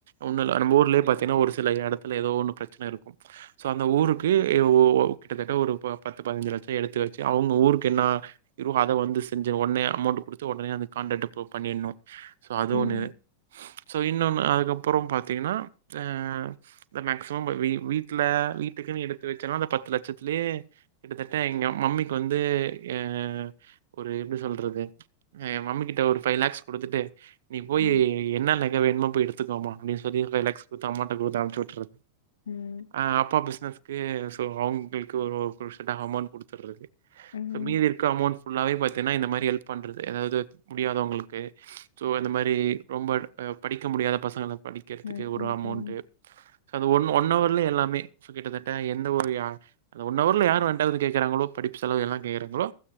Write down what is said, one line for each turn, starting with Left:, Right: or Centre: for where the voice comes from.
Right: ஒண்ணு நம்ம ஊர்லயே பாத்தீங்கன்னா ஒரு சில இடத்துல ஏதோ ஒண்ணு பிரச்சனை இருக்கு சோ அந்த ஊருக்கு இவ வோ கிட்டத்தட்ட ஒரு பத்து பதினஞ்சு லட்சோ எடுத்து வெச்சி அவங்க ஊருக்கு என்ன இரு அத வந்து செஞ்சு ஓடனே அம் போட்டு கொடுத்து ஒடனே அந்த காண்ரேட்ட போ பண்ணிடனு சோ அது
Left: ம்
Right: ஒண்ணு ஸோ இன்னொன்னு அதுக்கப்புறோ பாத்தீங்கன்னா ஆ மேக்சிமம் வீட்டுல வீட்டுக்குன்னு எடுத்து வச்சானா அந்த பத்து லட்சத்துலேயே கிட்டத்தட்ட எங்க மம்மிக்கு வந்து ஏ ஒரு எப்டி சொல்றது ஏ மம்மி கிட்ட ஒரு ஃபை லேக்ஸ் குடுத்துட்டு நீ போயி
Left: ம் ம்
Right: என்ன நெக வேணுமோ போயி எடுத்துக்கோ மா அப்படின் சொல்லி ஒரு ஃபைவ் லக்ஸ் குடுத் அம்மாட்ட குடுத்து அம்ச்சு விட்டுர்
Left: ம்
Right: அ அப்பா பிசினஸ்க்கு <unintelligible> ங்களுக்கு ஒரு க்ருஷியல் அமௌண்ட் குடுத்துர்றது
Left: ம்
Right: சோ மீதி இருக்க அமௌண்ட் ஃபுல்லாவே பாத்தீனா இந்த மாரி ஹெல்ப் பண்ணுறது எதாவது முடியாதவங்களுக்கு ஸோ இந்த மாரி ரொம்ப அ படிக்க முடியாத பசங்கள படிக்கர்த்துக்கு
Left: ம்
Right: ஒரு அமௌண்டு
Left: ம்
Right: அது ஒன் ஒன்னவர்லே எல்லாமே கிட்டத்தட்ட எந்த ஒரு அ அந்த ஒன்னவர்ல யாரு வான்ட்டா வந்து கேக்றாங்ளோ படி டிப்ஸ்லா எல்லா கேக்றாங்களோ